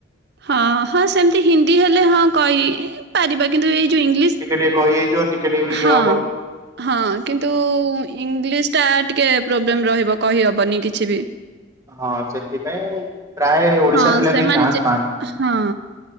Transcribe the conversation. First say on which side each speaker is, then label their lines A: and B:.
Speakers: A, on the right; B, on the right.
A: ହଁ। ହଁ ସେମ୍ତି ହିନ୍ଦୀ ହେଲେ ହଁ କହି ପାରିବା, କିନ୍ତୁ ଏଇ ଯୋଉ ଇଂଲିଶ୍
B: ସେ ଟିକେ କହି ହେଇଯିବ ଟିକେ ଟିକେ ବି
A: ହଁ,
B: ଇଏ ହବ
A: ହଁ। କିନ୍ତୁ ଇଂଗିଲିସ୍ ଟା ଟିକେ ପ୍ରୋବ୍ଲେମ୍ ରହିବ କହିହବନି କିଛି ବି।
B: ହଁ ସେଥିପାଇଁ ପ୍ରାୟ ଓଡିଶା
A: ହଁ
B: ପିଲା
A: ସେମାନେ
B: କେହି ଚାନ୍ସ
A: ଯେ
B: ପାଆନ୍ତିନି।
A: ହଁ